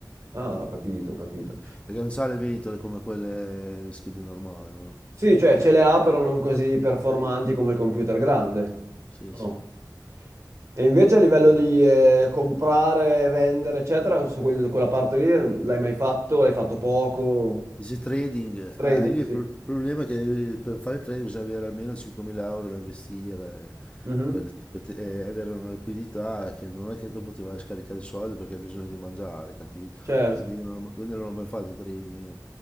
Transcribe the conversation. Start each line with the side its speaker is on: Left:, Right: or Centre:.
Right: Ah, ho capito, ho capito.
Left: Perché non sa le ventole come quelle le schede normali, no?
Right: Sì, cioè ce le ha però non così performanti come il computer grande.
Left: Sì,
Right: No.
Left: sì.
Right: E invece a livello di eh, comprare, vendere, eccetera, su quel- quella parte lì eh, l'hai mai fatto? L'hai fatto poco?
Left: Dice trading,
Right: Trading,
Left: ah, lì
Right: sì.
Left: il pro- il problema è che per fare trading bisogna avere almeno 5.000 euro da investire,
Right: Mhm,
Left: per, per te- eh, avere una liquidità che non è che dopo ti vai a scaricare i soldi perché hai bisogno di mangiare, capito?
Right: Certo.
Left: Quindi io non ho, quindi non ho mai fatto trading.